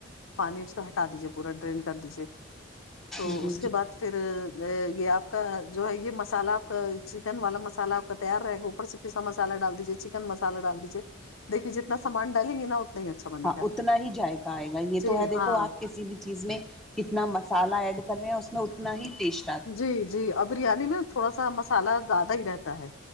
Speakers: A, on the left; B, in the centre.
A: پانی اس کو ہٹا دیجیے پورا ڈرین کر دیجے تو
B: جی
A: اس کے
B: جی
A: بعد پھر یہ آپ کا جو ہے یہ مسالہ آپ کا چکن والا مسالہ آپ کا تیار رہے گا اوپر سے پسا مسالہ ڈال دیجیے چکن مسالہ ڈال دیجیے دیکھیے جتنا سامان ڈالیں گے نا اتنا ہی اچھا بنے
B: ہاں
A: گا
B: اتنا ہی جذائقہ آئے گا یہ
A: جی
B: تو ہے دیکھو
A: ہاں
B: آپ کسی بھی چیز میں کتنا مسالا ایڈ کر رہے ہیں اس میں اتنا ہی ٹیسٹی
A: جی جی بریانی میںں تھوڑا سا مسالہ زیادہ ہی رہتا ہے